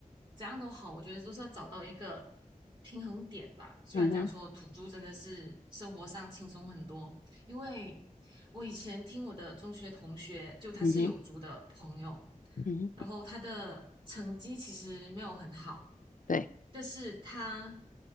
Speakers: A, on the right (about 35°); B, on the left (about 70°).
A: 怎样都好，我觉得都是要找到一个平衡点吧。虽然讲说土著真的是生活上轻松很多。
B: 嗯哼，
A: 因为我以前听我的中学同学，就他是有族的朋友，
B: 嗯哼，嗯哼，
A: 然后他的成绩其实没有很好，
B: 对，
A: 但是他